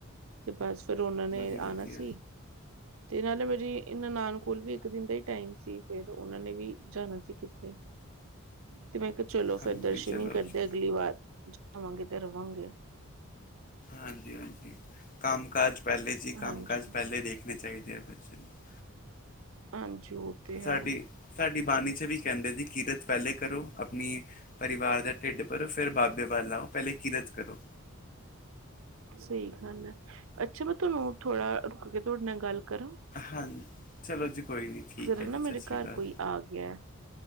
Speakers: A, on the right; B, on the left.
A: ਤੇ ਬਸ ਫਿਰ ਉਹਨਾਂ ਨੇ
B: ਜੀ
A: ਆਣਾ
B: ਵਧੀਆ।
A: ਸੀ। ਤੇ ਨਾਲੇ ਮੇਰੀ ਇਹਨਾਂ ਨਾਨਣ ਕੋਲ ਵੀ ਇੱਕ ਦਿਨ ਦਾ ਹੀ ਟਾਈਮ ਸੀ, ਫਿਰ ਉਹਨਾਂ ਨੇ ਵੀ ਜਾਣਾ ਸੀ ਕਿੱਥੇ। <inaudible> ਤੇ ਮੈਂ ਕਿਹਾ ਚਲੋਂ, ਫਿਰ
B: ਹਾਂਜੀ
A: ਦਰਸ਼ਨ
B: ਚਲੋ
A: ਹੀ ਕਰਦੇ
B: ਜੀ,
A: ਅਗਲੀ ਵਾਰ ਜਾਵਾਂਗੇ ਤੇ ਰਵਾਂਗੇ।
B: ਹਾਂਜੀ-ਹਾਂਜੀ, ਕੰਮ ਕਾਜ ਪਹਿਲੇ ਜੀ
A: ਹਾਂਜੀ,
B: ਕੰਮ ਕਾਜ ਪਹਿਲੇ ਦੇਖਣੇ ਚਾਹੀਦੇ ਆ ਬੱਚੇ ਨੂੰ
A: ਹਾਂਜੀ ਉਹ। ਤੇ ਹੈ
B: ਸਾਡੀ, ਸਾਡੀ ਬਾਣੀ ਚ ਵੀ ਕਹਿੰਦੇ ਜੀ, ਕਿਰਤ ਪਹਿਲੇ ਕਰੋ ਆਪਣੀ ਪਰਿਵਾਰ ਦਾ ਢਿੱਡ ਭਰੋ ਫੇਰ ਬਾਬੇ ਵੱਲ ਆਓ, ਪਹਿਲੇ ਕਿਰਤ ਕਰੋ।
A: ਸਹੀ ਗੱਲ ਐ, ਅੱਛਾ ਮੈਂ ਤੁਹਾਨੂੰ ਥੋੜਾ ਰੁਕ ਕੇ ਤੁਹਾਡੇ ਨਾਲ ਗੱਲ ਕਰਾਂ?
B: ਹਾਂਜੀ, ਚਲੋਂ ਜੀ ਕੋਈ ਨਹੀਂ ਠੀਕ
A: ਜ਼ਰਾ
B: ਐ
A: ਨਾ
B: ਜੀ,
A: ਮੇਰੇ
B: ਸਤਿ ਸ਼੍ਰੀ
A: ਘਰ
B: ਅਕਾਲ।
A: ਕੋਈ ਆ ਗਿਆ